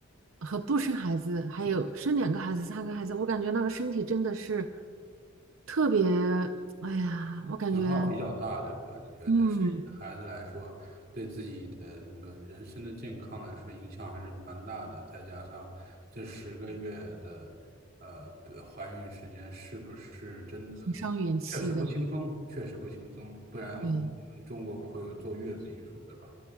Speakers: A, on the right; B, on the right.
A: 和不生孩子，还有生两个孩子、三个孩子，我感觉那个身体真的是特别，哎呀，我感觉
B: 损耗比较大，对吧？你觉得生孩子来说，
A: 嗯，
B: 对自己的那个人生的健康来说，影响还是蛮大的。再加上这十个月的呃不怀孕时间，是不是真的
A: 很伤元气的。
B: 确实不轻松？确实不轻松，不然我们中国不会有坐月子一说，
A: 对
B: 对吧？